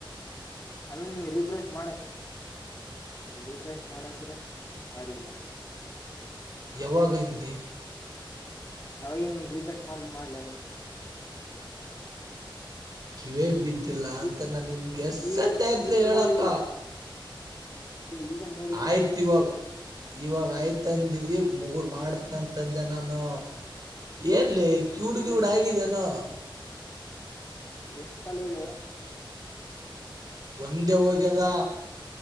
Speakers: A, on the left; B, on the right.
A: ಅಲ್ಲಿ ರಿಫ್ರೆಶ್ ಮಾಡೆ ರರಿಫ್ರೆಶ್ ಮಾಡಂದ್ರೆ ಮಾಡ್ಲಿಲ್ಲ
B: ಯಾವಾಗೈಂದ
A: ಅವಾಗನ್ ರೀಫ್ರಶ್ ಮಾಡ್ ಮಾಡ್ಲ
B: ಕಿವೇ ಬಿದ್ದಿಲ್ಲ ಅಂತಾನ
A: ಈ
B: ನಿನ್ಗೆ ಎಸತ್ತಯತ್ಲಿ
A: ಈಗ ಈಗ
B: ಹೇಳಕ
A: ನೋಡಿದಿಲ್ಲ ಈಗ ನೋಡಿದ್ದೇ
B: ಆಯ್ತ್ ಇವಾಗ ಇವಾಗ ಆಯ್ತಂದಿದಿ ಮುಗು ಮಾಡ್ತನ ಅಂತಂದೆ ನಾನು ಏನ್ ಲ ಕ್ಯೂಡ್
A: ಅಲ್ಲ
B: ಗ್ಯೂಡ್ ಆಗಿದ್ಯಾನೋ
A: ಎಷ್ಟು ಕಾಲ್ ಹೋಗ್ಯಾವ
B: ಒಂದೇ ಹೋಗ್ಯದ